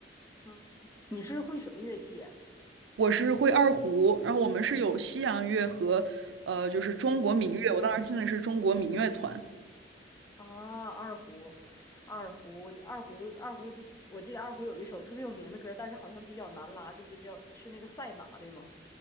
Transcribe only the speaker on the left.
嗯，你是会什么乐器啊？
民族乐。
嗯。啊，二胡，二胡，我就二胡，二胡就我记得二胡有一首特别有名的歌，但是好像比较难拉，就是叫是那个赛马，对吗？